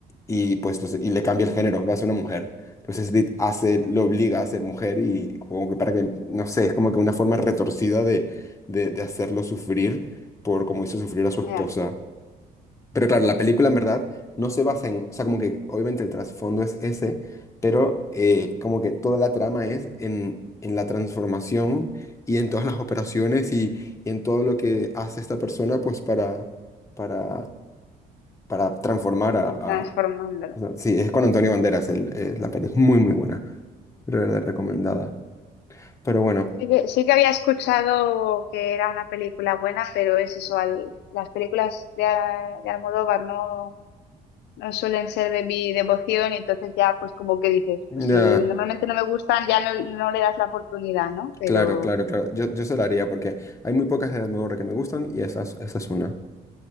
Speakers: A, on the left; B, on the left.
A: y pues entonces- y le cambia el género, lo hace una mujer. Entonces Dit hace, lo obliga a ser mujer y como que para que, no sé, es como que una forma retorcida de, de, de hacerlo sufrir por como hizo sufrir a su
B: mira,
A: esposa. Pero claro, la película en verdad no se basa en, o sea, como que obviamente el trasfondo es ese, pero eh, como que toda la trama es en, en la transformación y en todas las operaciones y, y en todo lo que hace esta persona pues para, para para transformar
B: estoy
A: a, a-
B: transformándola.
A: Sí, es con Antonio Banderas el, eh, la peli, es muy, muy buena, de verdad recomendada. Pero bueno,
B: Sí que, sí que había escuchado que era una película buena, pero es eso, al- las películas de, A- de Almodóvar no, no suelen ser de mi devoción y entonces ya pues como que dices,
A: ya,
B: pues si normalmente no me gustan ya no, no le das la oportunidad, ¿no? Pero
A: claro, claro, claro, yo, yo se la haría porque hay muy pocas de Almodóvar que me gustan y esa es, esa es una.